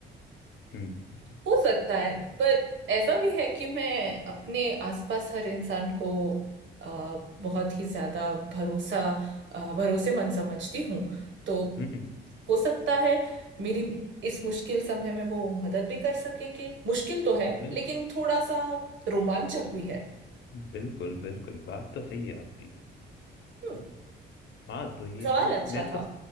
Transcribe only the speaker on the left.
हम्म
हम्म हम्म।
बिल्कुल
बिल्कुल बिल्कुल बात तो सही है आपकी
हाँ तो ये
तो
मैं तो